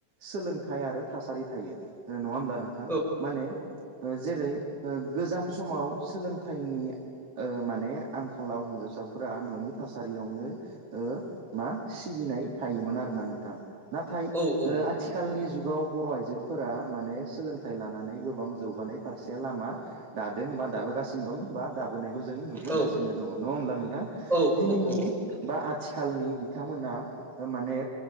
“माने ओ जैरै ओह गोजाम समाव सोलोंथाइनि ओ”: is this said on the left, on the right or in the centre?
Right